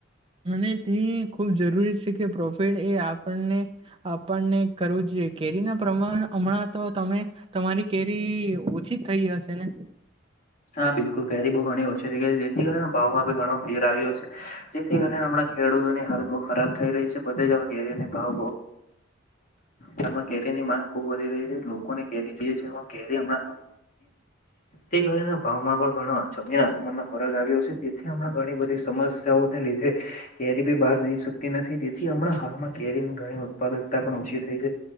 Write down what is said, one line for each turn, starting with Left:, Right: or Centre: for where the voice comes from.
Right: <unintelligible> ખુબ જરૂરી છેકે પ્રોફિટ એ આપણને આપણને કરવું કેરીના પ્રમાણ હમણાં તો તમે તમારી કેરી ઓછી થઈ હશે ને?
Left: હા, બિલકુલ કેરી બો ઘણી ઓછી છે કે જેથી કરી ભાવમાંબી ઘણો ફેર આવ્યો છે. જેથી કરી આમણા ખેડૂતોની હાલત બહુ ખરાબ થઈ રહી છે. બધે જ કેરીનો ભાવ આમાં કેરીની માંગ ખુબ વધી રહી છે. લોકોને કેરી જોઈએ છે. કેરી હમણાં તે કરીને ભાવમાં પણ ઘણો જમીના-આસમાનનો ફરક આવ્યો છે. તેથી હમણાં ઘણી બધી સમસ્યાઓને લ કેરીબી બહાર જઈ શકતી નથી, જેથી હમણાં હાલમાં કેરી ઘણી ઉત્પાદક પણ ઓછી થઈ છે.